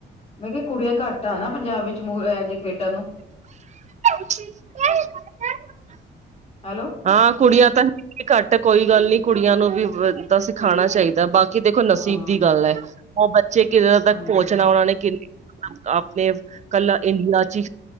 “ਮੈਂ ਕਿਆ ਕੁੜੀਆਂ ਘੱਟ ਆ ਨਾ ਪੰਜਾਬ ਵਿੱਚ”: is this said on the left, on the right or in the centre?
Left